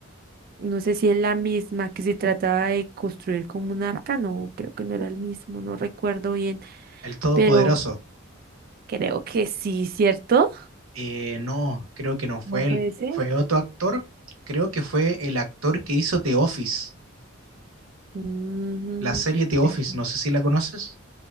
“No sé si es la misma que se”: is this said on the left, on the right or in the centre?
Right